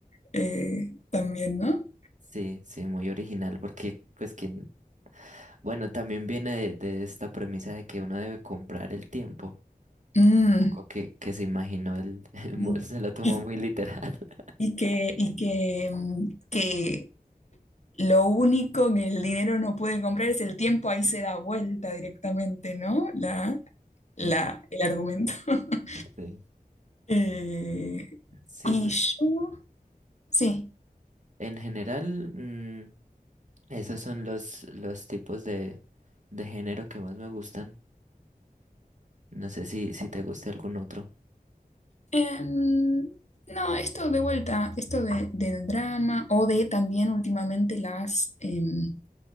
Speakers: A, on the left (about 45°); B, on the right (about 50°).
A: eh, también, ¿no?
B: Sí, sí, muy original porque, pues, quien, bueno, también viene de, de esta premisa de que uno debe comprar el tiempo.
A: Mm,
B: Supongo que, que se imaginó el, <laughs>
A: y,
B: mu- se lo tomó
A: y-
B: muy literal. <laughs>
A: que, y que, mm, que lo único que el dinero no puede comprar es el tiempo, ahí se da vuelta directamente, ¿no? La, la,
B: Mm,
A: el argumento. <laughs>
B: Sí.
A: Eh,
B: Sí,
A: y
B: pues,
A: yo, sí.
B: en general, mm, Esos son los, los tipos de, de género que más me gustan. No sé si, si te gusta algún otro.
A: Em, no, esto de vuelta, esto de, del drama o de también últimamente las, em,